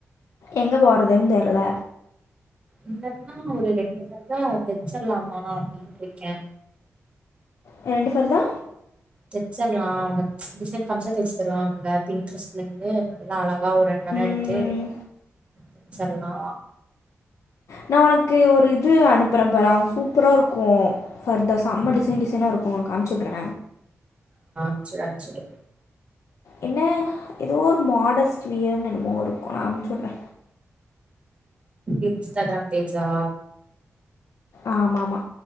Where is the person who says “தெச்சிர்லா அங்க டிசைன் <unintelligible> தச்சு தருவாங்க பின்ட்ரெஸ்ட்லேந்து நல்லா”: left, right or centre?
Right